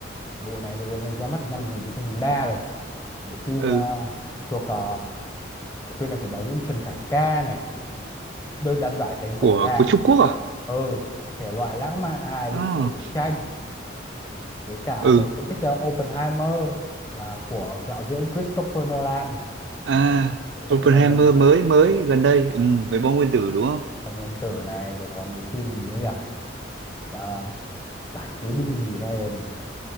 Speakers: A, on the left; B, on the right.
A: Cái bộ này từ ra mắt từ năm 1993 rồi bộ phim
B: Ừ,
A: ờ, thuộc ờ, bộ phim này của đạo diễn Trần Khải Ca này được đạt giải cánh
B: của
A: cọ vàng
B: của Trung Quốc à?
A: ừ thể loại lãng mạn hài lịch
B: À,
A: sử chiến tranh với cả
B: ừ.
A: tôi cũng thích uh, Oppenheimer là của đạo diễn Christopher Nolan
B: À,
A: Christopher
B: Oppenheimer
A: Nolan
B: mới mới gần đây, ừ, với bom nguyên tử đúng không?
A: phòng nguyên tử này rồi còn cái phim gì nữa nhỉ À, giải cứu binh nhì Ryan